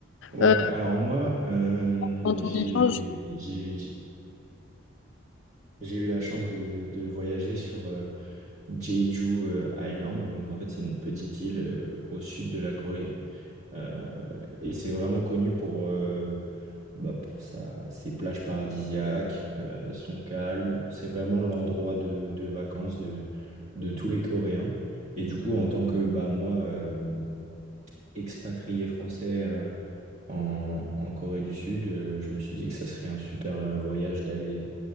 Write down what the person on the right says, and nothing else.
Ouais,
alors moi, euh,
j'ai
j'ai- j'ai- j'ai eu la chance de, de voyager sur euh, Jeju euh, Island. Donc en fait, c'est une petite île euh, au sud de la Corée. Euh, et c'est vraiment connu pour, euh, bah, pour sa, ses plages paradisiaques, euh, son calme. C'est vraiment l'endroit de, de vacances de, de tous les Coréens. Et du coup, en tant que bah, moi, euh, expatrié français euh, en, en Corée du Sud, euh, je me suis dit que ça serait un super euh, voyage d'aller